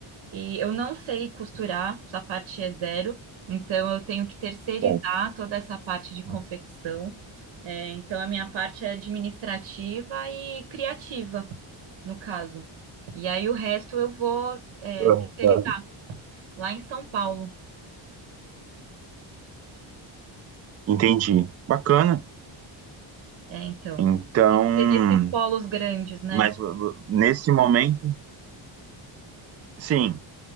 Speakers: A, on the right (about 60°); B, on the right (about 35°).
A: E eu não sei costurar, essa parte é zero, então eu tenho que terceirizar
B: é.
A: toda essa parte de confecção. É, então a minha parte é administrativa e criativa, no caso. E aí o resto eu vou, é,
B: Aham.
A: terceirizar lá em São Paulo.
B: Entendi. Bacana.
A: É, então.
B: Então,
A: Tem que ser nesses polos grandes, né?
B: mas v- v- nesse momento, sim.